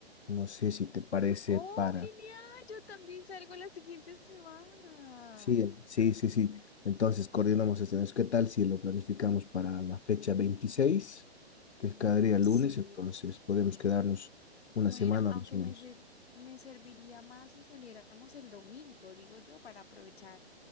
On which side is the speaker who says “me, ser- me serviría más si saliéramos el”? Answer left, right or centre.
Left